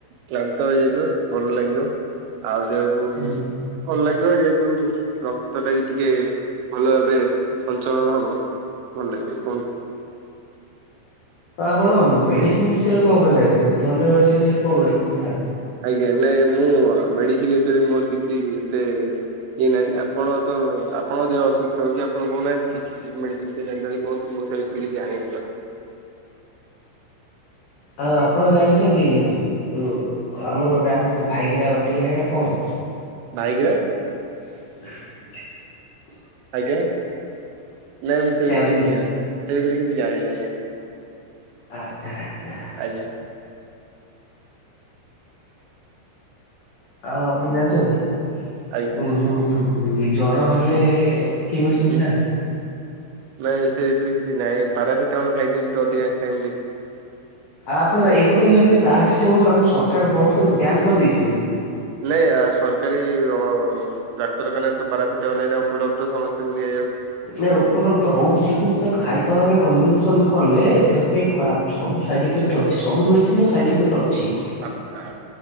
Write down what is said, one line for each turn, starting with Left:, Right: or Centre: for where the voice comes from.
Right: କ୍ଲାନ୍ତ ହେଇଯାଇଥ ଭଲ ଲାଗିବ। ଆଉ ଦେହକୁ
Left: ହୁଁ
Right: ଭଲ ଲାଗିବ ଯେହେତୁ ର ତଟା ବି ଟିକେ ଭଲ ଭାବେ ସଞ୍ଚାଳନ ହବ ଭଲ ଲାଗିବ କୁହନ୍
Left: ଆପଣ ମେଡ଼ିସିନ ବିଷୟରେ କଁ ପାଇ ଜଛନ୍ତି ଥଣ୍ଡା ମେଡ଼ିସିନିରେ କଣ ମେଡ଼ିସିନ ଖାଆନ୍ତି?
Right: ଆଜ୍ଞା ନାଇଁ ମୁଁ ମେଡ଼ିସିନ ବିଷୟରେ ମୋର କିଛି ଏତେ ଏଇ ନାଇଁ ଆପଣ ତ ଆପଣ ଦେହ ଅସୁସ୍ଥ ହଉଚି ଆପଣ କହୁନାହାନ୍ତି କିଛି ଠିକ୍ ମେଡ଼ିସିନ ବିଷୟରେ ଜାଣିଛନ୍ତି କି କୁହନ୍ତୁ ମୋ ସ୍ତ୍ରୀ କୁ ଆଣିବି ତ
Left: ଆଉ ଆପଣ ଜାଣିଛନ୍ତି ଯୋଉ ଆମର ଗୋଟେ ଆସିଛି ଯୋଉ ଭାଇଗିରା ବଟିକା ସେଇଟା କଣ?
Right: ଭାଇଗିରା
Left: ହ
Right: ଆଜ୍ଞା ନାଇଁ ମୁଁ ସେ
Left: ଟ୍ୟାବଲେଟ
Right: ବିଷୟରେ କିଛି ଜାଣିନି ସେ ବିଷୟରେ କିଛି ଜାଣିନି ଆଜ୍ଞା।
Left: ଆଚ୍ଛା ଆଚ୍ଛା।
Right: ଆଜ୍ଞା
Left: ଆଉ ଆପଣ ଜାଣିଛନ୍ତି
Right: ଆଜ୍ଞା।
Left: ଉଁ ଯୋଉ ତୁ ଜର ହେଲେ କି ମେଡ଼ିସିନ୍
Right: ହୁଁ।
Left: ଖାଆନ୍ତି?
Right: ନାଇଁ ସେ ବିଷୟରେ କିଛି ନାହିଁ ପାରାସିଟାମଲ ଖାଇ ଦିଅନ୍ତୁ ଅଧିକଂଶ ଟାଇମ ଦେଖ
Left: ଆଉ ଆପଣ ଏଇ କଥା ବି ଜାଣିଥିବେ ପାରାସିଟାମଲ ଆମ ସରକାର ବନ୍ଦ କରି ବ୍ୟାନ୍ କରିଦେଇଛି ବୋଲି?
Right: ନାଇଁ ସରକାରୀ ଅ ଡକ୍ତରଖାନାରେ ତ ପାରାସିଟାଲ ଏନା ଉପଲବ୍ଧ ସମସ୍ତଙ୍କୁ ଦିଆଯାଉଛି।
Left: ନାଇ ଉପଲବ୍ଧ ହଉଛି କିନ୍ତୁ ତାକୁ ହାଇ ପାୱାରରେ କନଜୁସନ କଲେ ଦେହ ପାଇଁ ଖରାପ। ସବୁ ସାଇଡ ଇଫେକ୍ଟ ଅଛି ସବୁ ମେଡିସିନ ର ସାଇଡ୍ ଇଫେକ୍ଟ ଅଛି।
Right: <unintelligible>